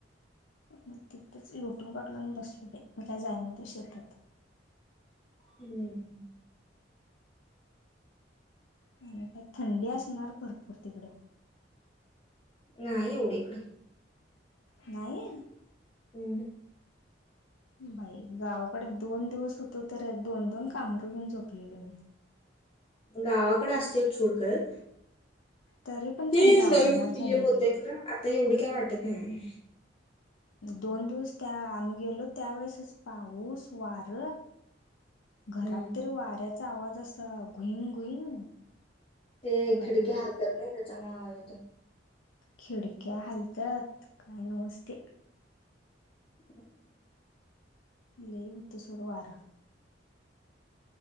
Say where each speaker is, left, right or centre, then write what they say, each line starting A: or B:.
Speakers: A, on the left; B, on the left.
A: मग तिथंच लोटून काढलं आणि बसलो बाय मग काय जाय नव्हतं शेतात.
B: हम्म.
A: आणि काय थंडी असणार भरपूर तिकडे.
B: नाही एवढं इकडं.
A: नाही.
B: ऊ हू!
A: बाई गावाकडे दोन दिवस होतो तर दोन दोन कामरु घेऊन झोपलेलो मी.
B: गावाकड असते छूड कडत.
A: तरी पण
B: हे
A: थंडी आवरणा
B: नवीन
A: झालेली
B: हे होतय खर, आता एवढी काय वाटत नाही.
A: दोन दिवस त्या आम्ही गेलो त्यावेेळेसच पाऊस वार. घरात
B: हम्म
A: तर वाऱ्याचा आवाज असा घुईंग घुईंग.
B: ते
A: बाई
B: खिडक्या
A: बाई
B: हालत्यात नाही त्याच्यामुळे आवाज येतोय.
A: खिडक्या हलतात काय नोसत.
B: <inaudible>
A: लयी होत सोड वारं.